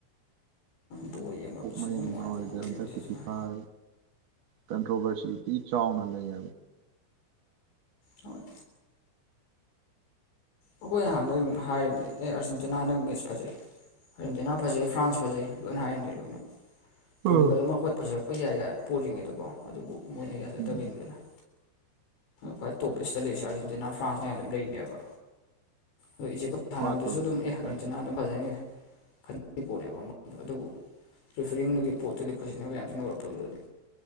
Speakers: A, on the left; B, on the right.
A: ꯕꯣꯜ ꯌꯦꯡꯐꯝ
B: ꯀꯣꯛ
A: ꯁꯨꯡꯅꯨꯡ
B: ꯃꯌꯥ
A: ꯅꯨꯡꯉꯥꯏꯇꯦ
B: ꯉꯥꯎꯔꯤꯁꯦ
A: ꯕꯣꯜ ꯌꯦꯡꯕꯁꯦ
B: ꯍꯟꯗꯛꯀꯤꯤꯗꯤꯤ
A: ꯍꯧꯖꯤꯛꯀꯥꯟ
B: ꯐꯥꯏ ꯀꯟꯇ꯭ꯔꯣꯚꯔꯁꯤꯇꯤ ꯆꯥꯎꯅ ꯂꯩꯌꯦꯕ
A: ꯍꯣꯏ ꯑꯩꯈꯣꯏ ꯍꯥꯟꯅꯗꯒꯤ ꯑꯗꯨꯝ ꯍꯥꯏꯔꯤꯕꯅꯦ ꯑꯦ ꯑꯥꯔꯖꯦꯟꯇꯤꯅꯥ ꯍꯟꯗꯛ ꯃꯦꯠꯆ ꯐꯖꯩ ꯏꯟꯗꯤꯅꯥ ꯐꯖꯩ ꯐ꯭ꯔꯥꯟꯁ ꯐꯖꯩ ꯂꯣꯏꯅ ꯍꯥꯏꯔꯅꯤ ꯂꯣꯏꯅ
B: ꯎꯝ
A: ꯄꯣꯔꯇꯨꯒꯜ ꯑꯃ ꯑꯩꯈꯣꯏ ꯐꯖꯔꯛꯄ ꯌꯥꯏꯒ ꯄꯨꯔꯤꯉꯩꯗꯀꯣ ꯑꯗꯨꯕꯨ ꯃꯣꯏꯅ ꯌꯥꯖꯛꯇꯕꯩꯅꯤꯗꯅ
B: ꯎꯝ
A: ꯈ꯭ꯋꯥꯏ ꯇꯣꯞ ꯂꯤꯁꯇ ꯂꯩꯔꯤ ꯑꯥꯔꯖꯦꯟꯇꯤꯅꯥ ꯐ꯭ꯔꯥꯟꯁꯅꯦ ꯍꯥꯏꯅ ꯑꯗꯨꯝ ꯂꯩꯅꯦꯕ ꯑꯗꯨ ꯏꯆꯦꯀ ꯁꯥꯟꯅꯕꯗꯨꯁꯨ
B: ꯄꯥꯠꯇꯣ
A: ꯑꯗꯨꯝ ꯑꯦ
B: ꯃꯁꯥꯏ
A: ꯀ ꯆꯅꯥ
B: ꯐꯖꯩ
A: ꯑꯗꯨꯝ ꯐꯖꯅꯤꯅ ꯄꯣꯠꯅꯦꯕ ꯑꯃꯝ ꯑꯗꯨꯕꯨ ꯄ꯭ꯔꯤꯐꯔꯤꯡꯗꯨꯒꯤ ꯄꯣꯠꯇꯨꯗꯤ ꯈꯖꯤꯟꯅꯕ ꯌꯥꯝ ꯊꯤꯅ ꯎꯔꯛꯄꯗꯨꯗꯤ